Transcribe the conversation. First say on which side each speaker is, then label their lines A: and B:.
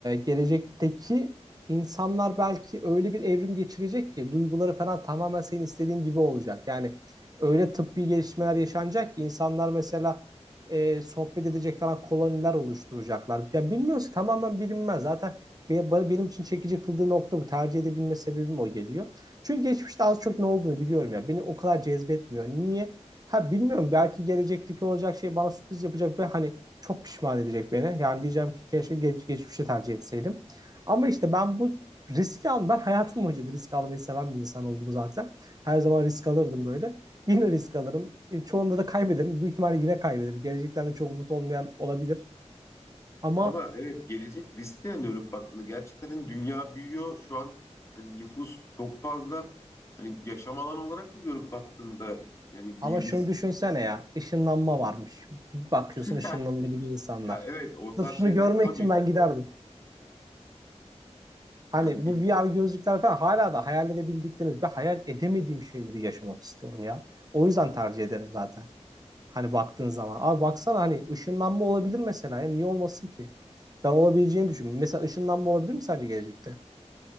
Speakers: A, on the right (about 35°); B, on the left (about 25°).
A: gelecekteki insanlar belki öyle bir evrim geçirecek ki duyguları falan tamamen senin istediğin gibi olacak. Yani öyle tıbbi gelişmeler yaşanacak ki insanlar mesela e, sohbet edecek falan koloniler oluşturacaklar. Ya bilmiyoruz tamamen bilinmez. Zaten benim için çekici kıldığı nokta bu. Tercih edebilme sebebim o geliyor. Çünkü geçmişte az çok ne olduğunu biliyorum ya. Beni o kadar cezbetmiyor. Niye? Ha bilmiyorum belki gelecekteki olacak şey bana sürpriz yapacak ve hani çok pişman edecek beni. Yani diyeceğim ki keşke geç, geçmişi tercih etseydim. Ama işte ben bu riski al ben hayatım boyunca da risk almayı seven bir insan oldum zaten. Her zaman risk alırdım böyle. Yine risk alırım. E, çoğunda da kaybederim. Büyük ihtimalle yine kaybederim. Gelecekten de çok umut olmayan olabilir. Ama
B: Ama evet gelecek riske dönüp baktığında gerçekten hani dünya büyüyor. Şu an hani nüfus çok fazla. Hani yaşam alanı olarak da dönüp baktığında yani
A: ama
B: bir
A: şunu
B: risk.
A: düşünsene ya. Işınlanma varmış. Bir bakıyorsun
B: <laughs>
A: ışınlanabilir insanlar.
B: Ya evet o tarz
A: Sırf şunu
B: şeyler
A: görmek
B: tabii.
A: için ben giderdim. Hani
B: Ya, te-
A: bu VR gözlükler falan hala da hayal edebildikleriniz ve hayal edemediğim şeyleri yaşamak istiyorum ya. O yüzden tercih ederim zaten. Hani baktığın zaman. Abi baksana hani ışınlanma olabilir mesela. Ya niye olmasın ki? Ben olabileceğini düşünüyorum. Mesela ışınlanma olabilir mi sence gelecekte?